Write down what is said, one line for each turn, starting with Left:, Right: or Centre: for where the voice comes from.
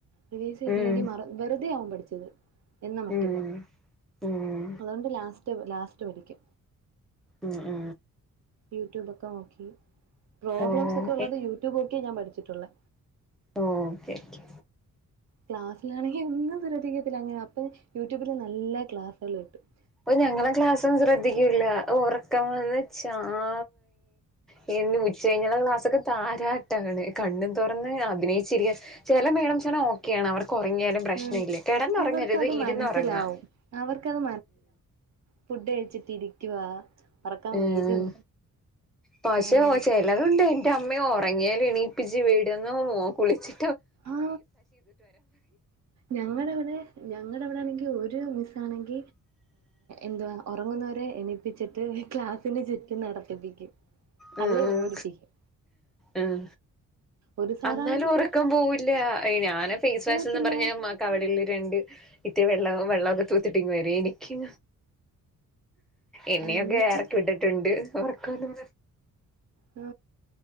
Right: റിവീസ് ചെയ്തില്ലെങ്കി
Centre: ഉം
Right: മ വെറുതെ ആവുമ്പഴും പിന്നെ <unintelligible> എന്ന മട്ടിലാ
Centre: ഉം ഉം
Right: പിള്ളാർക്ക് ലാസ്റ്റ് ലാസ്റ്റ് എട്ട് മണിക്ക്
Centre: ഉം ഉ
Right: യൂട്യൂബൊക്കെ നോക്കി പ്രോബ്ലമ്സ്
Centre: ഓ
Right: ഒക്കെ ഉള്ളത് യൂട്യൂബ്- <unintelligible> ഞാൻ പഠിച്ചിട്ടുളേ
Centre: ഓക്കെ ഓക്കെ
Right: ക്ലാസ്സിലാണെങ്കിൽ ഒന്നും ശ്രദ്ധിക്കത്തില്ലേനെ അങ്ങനെ അപ്പ യൂട്യൂബില് നല്ല ക്ലാസുകൾ കട്ട്, -
Centre: അപ്പ ഞങ്ങളെ ക്ലാസ്സൊന്നും ശ്രദ്ധിക്കില്ല ഉറക്കം വന്ന്- ആ എ <unintelligible> പക്ഷെ കഴിഞ്ഞാ ആ ക്ലാസ്സൊക്കെ താരാട്ടാണ് കണ്ണും തൊറന്ന് അഭിനായി ശരിയാ ചെല മേഡാംസ്‌ ആണേ ഓക്കെണ് അവ ഉറങ്ങിയാലും പ്രശ്നല്ല
Right: ഉം
Centre: കെടന്നുറങ്ങരുത്
Right: അവർക്കത്
Centre: ഇരുന്ന്
Right: മനസ്സിലാവും
Centre: ഉറങ്ങാം
Right: അവർക്കത് ഫുഡ് കഴിച്ചിട്ട് ഇരിക്കുവാ പറക്കാൻ
Centre: ഏഹ്
Right: വരും
Centre: പക്ഷെ
Right: അങ്ങ്
Centre: ചെലതുണ്ട് എന്റെ അമ്മയ ഓ തങ്ങിയാൽ എണീപ്പിച്ച് വിടുന്നു നോ കുളിച്ച്
Right: ആ ഞങ്ങളടെ എവിടെ ഞങ്ങളടെ എവിടെ ആണെങ്കിൽ ഒരു മിസ്- ആണെങ്ക എന്തുവാ ഉറങ്ങുന്നവരെ എണിപ്പിച്ചിട്ട് ക്ലാസ്സിന് ചുറ്റും നടത്തിപ്പിക്കും
Centre: ഉം
Right: അല്ലെ
Centre: ഉം
Right: ഓടിപ്പിക്കും
Centre: ഉം
Right: ഒരു സാറാണെങ്കി
Centre: അന്നാലും
Right: പിന്നെ
Centre: ഉറക്കം പോവില്ല ഞാനാ ഫേസ്
Right: പോവത്തില്ല
Centre: വാഷ്ന്ന് പറഞ്ഞ കവളില് രണ്ട്- ഇത്തിരി വെള്ള വെള്ള തൂത്തിട്ട വരെ എനിക്ക് എന്നെയൊക്കെ
Right: എന്നിട്ട്
Centre: ഇറക്കിവിട്ടിട്ടുണ്ട് ഉറക്കന്ന
Right: ഓ